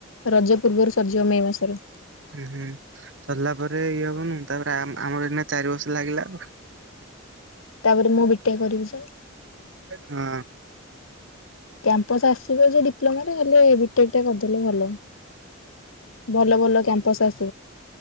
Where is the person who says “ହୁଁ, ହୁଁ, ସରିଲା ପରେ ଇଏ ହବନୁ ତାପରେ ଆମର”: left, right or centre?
Right